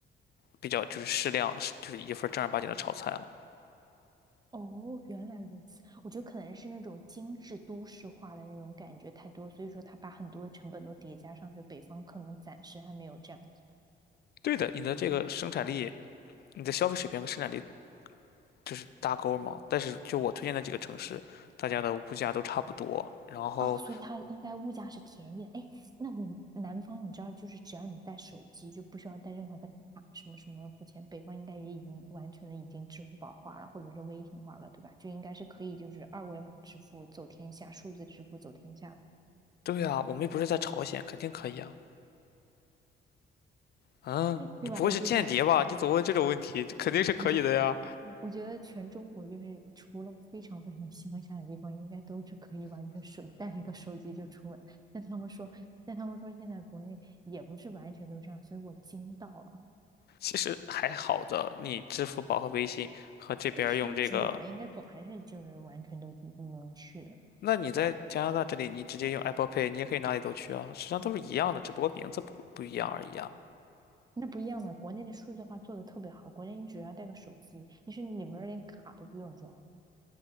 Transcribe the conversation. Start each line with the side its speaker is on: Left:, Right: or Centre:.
Left: 比较就是适量的，就是一份儿正儿八经的炒菜了。
Right: 哦，原来如此。我觉得可能是那种精致都市化的那种感觉太多，所以说他把很多的成本都叠加上去。北方可能暂时还没有这样子。
Left: 对的，你的这个生产力，你的消费水平和生产力就是搭钩儿嘛。但是就我推荐的几个城市，大家的物价都差不多。然后，
Right: 哦，所以它应该物价是便宜的。哎，那我们南方你知道，就是只要你带手机，就不需要带任何的卡什么什么付钱。北方应该也已经完全的已经支付宝化了，或者是微信化了，对吧？就应该是可以就是二维码支付走天下，数字支付走天下了，
Left: 对啊，我们又不是在朝鲜，肯定可以啊。嗯，
Right: <laughs>
Left: 你不会是间谍吧？
Right: 对吧？我就说这样。
Left: 你怎么问这种问题？肯定是可以的呀。
Right: 我觉得，我觉得全中国就是除了非常非常乡下的地方，应该都是可以完全手带了个手机就出门。但他们说，但他们说现在国内也不是完全都这样，所以我惊到了。
Left: 其实还好的，你支付宝和微信和这边儿用这个，
Right: 嗯，它其实只有了，应该总还是就是完全都不不能去的。
Left: 那你在加拿大这里，你直接用 Apple Pay，你也可以哪里都去啊，实际上都是一样的，只不过名字不不一样而已啊。
Right: 那不一样嘛，国内的数字化做的特别好，国内你只要带个手机，你是里面连卡都不用装，